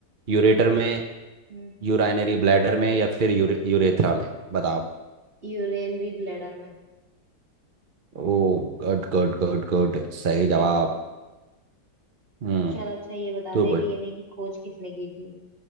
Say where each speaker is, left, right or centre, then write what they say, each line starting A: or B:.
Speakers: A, on the right; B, on the right.
A: यूरेटर
B: हम्म
A: में
B: हम्म
A: यूराइनरी ब्लैडर में या फिर यूरे, यूरेथ्रा में बता आप
B: यूरेनरी ब्लैडर में
A: Oh good good good good सही
B: सही
A: जवाब
B: है।
A: हम्म
B: चल अच्छा ये बता
A: तो
B: दे
A: बोल
B: डीएनए की खोज किसने की थी